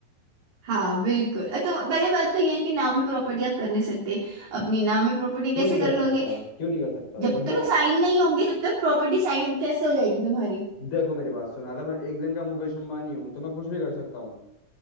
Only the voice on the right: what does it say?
हाँ बिल्कुल अ, तो पहले बात तो ये है कि नाम में प्रॉपर्टी आप कर नहीं सकते अपनी नाम में प्रॉपर्टी
कैसे
कर
लोगे
जब
तक
साइन नहीं होंगे तब तक प्रॉपर्टी साइन कैसे हो जाएगी तुम्हारी